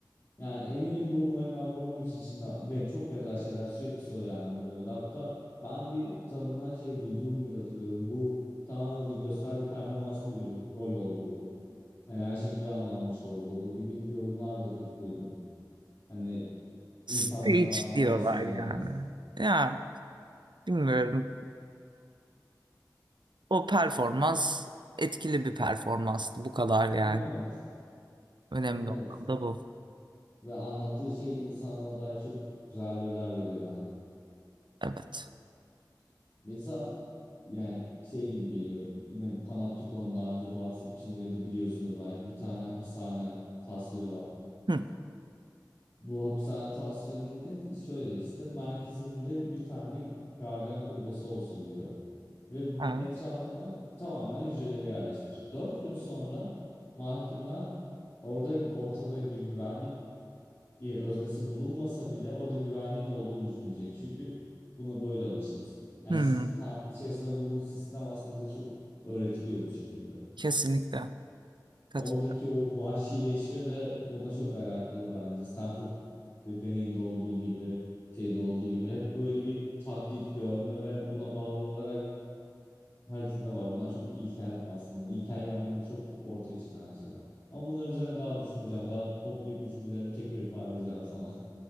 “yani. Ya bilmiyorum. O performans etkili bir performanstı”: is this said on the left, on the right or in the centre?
Right